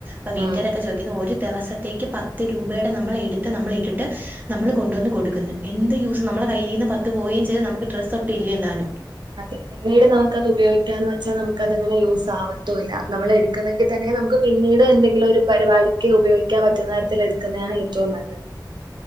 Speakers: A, on the right (about 25°); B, on the right (about 70°).
A: പ്പൊവീട്ടാരൊക്കെ
B: ഉം
A: ചോയിക്കുന്നുഒരുദെവസം ത്തേക്ക്‌ പത്ത് രൂപയ്ടെ നമ്മളെട്ത്ത് നമ്മളിട്ടിട്ട് നമ്മള്കൊണ്ടുവന്ന് കൊടുക്ക്ന്ന് എന്ത് യൂസ് നമ്മടെകയ്യിലിരിക്കുന്ന പ ത്ത്പോയെംചെയ്ത് നമ്മ്ക്ക്ഡ്രസ്സൊട്ടുംഇല്ലെന്താനും
B: അതെ പിന്നീട്നമുക്കത് ഉപയോഗിക്കാന്ന് വച്ചാ നമുക്കതങ്ങനെയൂസാവത്തൂല്ല നമ്മളെടുക്ക്ന്നെന്റെ തന്നെ നമുക്ക്പിന്നീടുഎന്തെങ്കിലൊരു പരിപാടിക്ക്ഉപയോയിക്കാൻ പറ്റുന്നതരത്തില് എടുക്കുന്നെയാണ്ഏറ്റവുംനല്ലത്